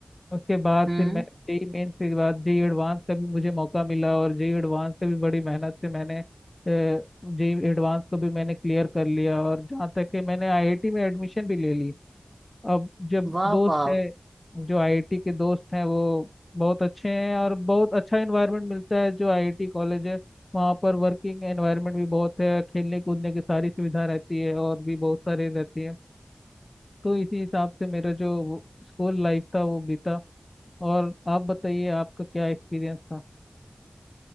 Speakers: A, on the left; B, on the right.
A: उसके बाद
B: हम्म
A: फिर मैंने जेई मेंस के बाद जेई एडवांस का भी मुझे मौका मिला और जेई एडवांस का भी बड़ी मेहनत से मैंने जेई एडवांस को भी मैंने क्लियर कर लिया और जहाँ तक कि मैंने आईआईटी में एडमिशन भी ले ली अब जब
B: वाह
A: दोस्त
B: वाह
A: है जो आईआईटी के दोस्त हैं वो बहुत अच्छे हैं और बहुत अच्छा एनवायरनमेंट मिलता है जो आईआईटी कॉलेज है वहाँ पर वर्किंग एनवायरनमेंट भी बहुत है खेलने कूदने की सारी सुविधा रहती है और भी बहुत सारे रहती है तो इसी हिसाब से मेरा जो स्कूल लाइफ था वो बीता और आप बताइए आपका क्या एक्सपीरियंस था